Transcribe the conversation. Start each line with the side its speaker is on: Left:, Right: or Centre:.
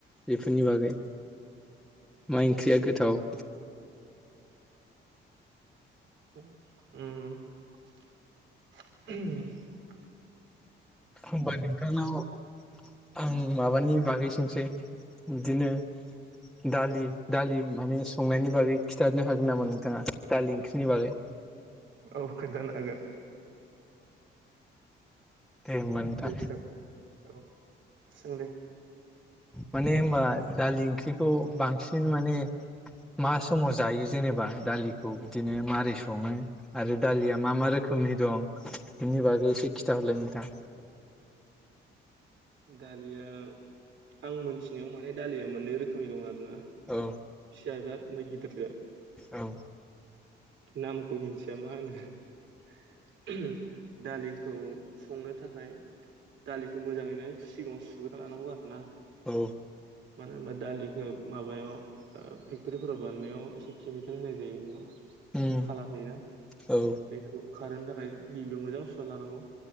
Centre: बेफोरनि बागै। मा ओंख्रिया गोथाव?
Right: <inaudible>
Centre: होमबा नोंथांनाव आं माबानि बागै सोंसै, बिदिनो दालि दालि माने संनायनि बागै खिथानो हागोन नामा नोंथाङा दालि ओंख्रिनि बागै? <inaudible>
Right: औ खोनथानो हागोन।
Centre: दे होमबा नोंथां
Right: दे सों औ सों दे।
Centre: माने होमबा दालि ओंख्रिखौ बांसिन माने मा समाव जायो जेनेबा दालिखौ बिदिनो मारै सङो आरो दालिया मा मा रोखोमनि दं, बेनि बागै एसे खिथाहरलाय नोंथां?
Right: दालिया आं मोनथिनायाव माने दालिया मोननै रोखोमनि दं आरो ना।
Centre: औ
Right: फिसाजाद ओमफाय गिदिरजाद।
Centre: औ
Right: नामखौ मिथिया मा होनो। दालिखौ संनो थाखाय दालिखौ मोजाङैनो सिगाङाव सुग्रोना लानांगौ आरो ना
Centre: औ
Right: मानो होनबा दालि होब माबायाव फेक्टरिफोराव बानायनायाव एसे केमिकेल होनाय जायो एयाव।
Centre: उम
Right: खालार होयोना
Centre: औ
Right: बेखौ खारहोनो थाखाय गिबियाव मोजां सुना लानांगौ।